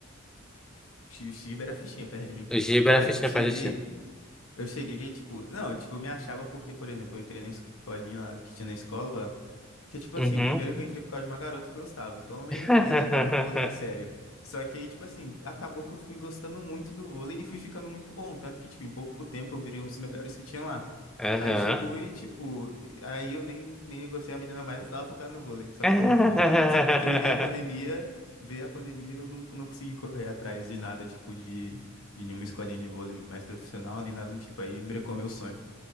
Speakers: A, on the left (about 85°); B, in the centre.
A: Steve Steve era fichinha perto de mim.
B: o Giba
A: Cara,
B: era fitness
A: eu cheguei.
B: pra gente.
A: Eu cheguei, tipo. Não, tipo, eu me achava porque, por exemplo, eu entrei na escolinha lá que tinha na escola. Que, tipo assim,
B: Uhum.
A: primeiro que eu entrei por causa de uma garota que eu gostava, então eu nem,
B: <laughs>
A: nem levava o vôlei a sério. Só que aí, tipo assim, acabou que eu fui gostando muito do vôlei e fui ficando muito bom. Tanto que, tipo, em pouco tempo eu virei um dos melhores que tinha lá.
B: Aham.
A: Aí chegou e, tipo, aí eu nem, nem gostei a menina mais, eu tava focado no vôlei, só
B: <laughs>
A: que foi muito bom. Só que aí veio a pandemia, veio a pandemia, eu não, não consegui correr atrás de nada, tipo, de, de nenhuma escolinha de vôlei mais profissional, nem nada do tipo. Aí brecou meu sonho.